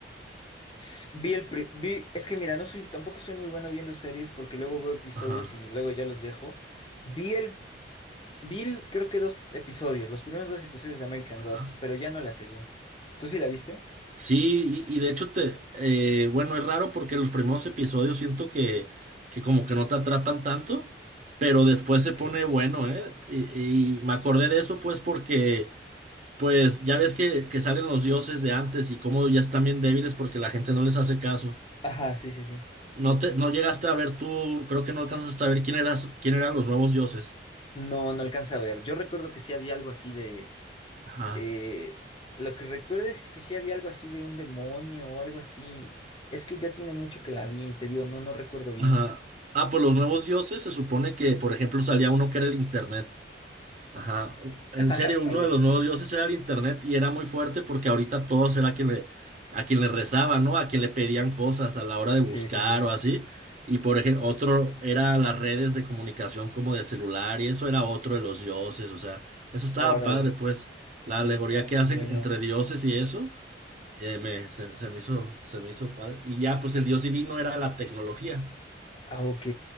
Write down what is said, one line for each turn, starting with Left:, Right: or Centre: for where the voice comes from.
Left: S- Vi el pri- vi, es que mira, no soy, tampoco soy muy bueno viendo series porque luego veo episodios
Right: Ajá.
Left: y luego ya los dejo. Vi el, vi el- creo que dos episodios, los primeros dos episodios de American
Right: Ajá.
Left: Gods, pero ya no la seguí. ¿Tú sí la viste?
Right: Sí, y, y de hecho te, eh, bueno, es raro porque los primeros episodios siento que, que como que no te atrapan tanto, pero después se
Left: Ok.
Right: pone bueno, ¿eh? Y, y me acordé de eso pues porque, pues ya ves que, que salen los dioses de antes y cómo ya están bien débiles porque la gente no les hace caso.
Left: Ajá, sí, sí, sí.
Right: No te, no llegaste a ver tú, creo que no alcanzaste a ver quién eras, quién eran los nuevos dioses.
Left: No, no alcanza a ver. Yo recuerdo que sí había algo así de.
Right: Ajá.
Left: Eh, lo que recuerdo es que sí había algo así de un demonio o algo así. Es que ya tiene mucho que la vi y te digo, no, no recuerdo bien.
Right: Ajá. Ah, pues los nuevos dioses se supone que, por ejemplo, salía uno que era el internet. Ajá, u- en
Left: <laughs> ¿A
Right: serio, uno
Left: poco?
Right: de los nuevos dioses era el internet y era muy fuerte porque ahorita todos era quien le, a quien le rezaba, ¿no? A quien le pedían cosas a la hora de buscar
Left: Sí, sí, sí.
Right: o así. Y por ejemplo, otro era las redes de comunicación como de celular y eso era otro de los dioses, o sea, eso estaba
Left: Órale.
Right: padre, pues la
Left: Sí,
Right: alegoría
Left: estaba
Right: que
Left: muy
Right: hacen
Left: bueno.
Right: entre dioses y eso, eh, me- se, se me hizo, se me hizo padre. Y ya, pues el dios divino era la tecnología.
Left: Ah, ok.